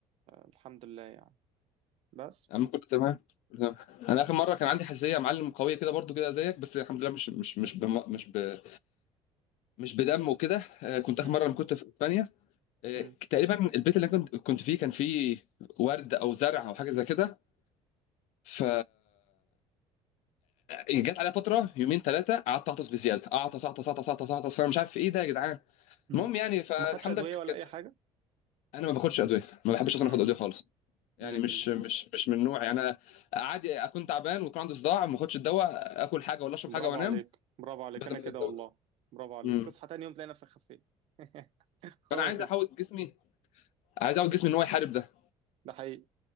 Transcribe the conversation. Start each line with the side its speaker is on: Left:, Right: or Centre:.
Right: الحمد لله يعني بس
Left: يا عم كله تمام كله تمام. انا اخر مره كان عندي حساسيه يا معلم قويه كده برضو كده زيك بس الحمد لله مش مش مش بم... مش ب... مش بدم وكده آه كنت
Right: مم.
Left: اخر مره لما كنت في اسبانيا آه
Right: مم.
Left: تقريبا البيت اللي أنا كنت كنت فيه كان فيه ورد او زرع او حاجه زي كده ف جت عليا فتره يومين ثلاثه قعدت اعطس بزياده اعطس اعطس اعطس اعطس اعطس انا مش عارف ايه ده يا جدعان
Right: مم.
Left: المهم يعني فالحمد
Right: ما خدش ادويه
Left: لله
Right: ولا
Left: كانت
Right: اي حاجه
Left: انا ما باخدش ادويه ما بحبش اصلا
Right: مم.
Left: اخد ادويه خالص يعني
Right: مم.
Left: مش
Right: مم.
Left: مش مش من نوعي انا عادي اكون تعبان ويكون عندي صداع ما اخدش الدواء اكل حاجه ولا اشرب
Right: برافو
Left: حاجه وانام
Right: عليك برافو عليك
Left: بدل
Right: انا
Left: ما
Right: كده
Left: اخد الدواء
Right: والله برافو عليك
Left: امم
Right: تصحى تاني يوم تلاقي نفسك خفيت <laughs>
Left: فانا
Right: هو
Left: عايز
Right: كده
Left: احاول جسمي عايز اعود جسمي ان هو يحارب ده
Right: ده حقيقي